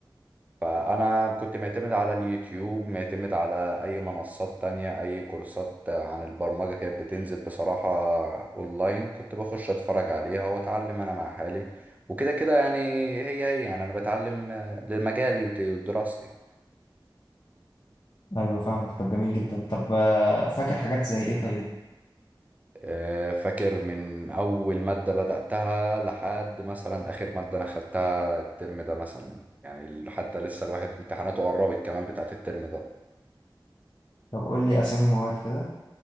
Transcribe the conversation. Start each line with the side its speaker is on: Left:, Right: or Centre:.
Right: فأنا كنت معتمد على اليوتيوب معتمد على أي منصات تانية أي كورسات عن البرمجة كانت بتنزل بصراحة أونلاين كنت بخش أتفرج عليها وأتعلم أنا مع حالي وكده كده يعني هي هي يعني أنا بتعلم آه، لمجالي وت- ودراستي
Left: ايوه فاهمك طب جميل جدا طب آه، فاكر حاجات زي ايه طيب
Right: آه، فاكر من أول مادة بدأتها لحد مثلا آخر مادة أنا خدتها الترم ده مثلا يعني حتى لسه الواحد امتحاناته قربت كمان بتاعت الترم ده
Left: طب قول لي اسامي مواد كده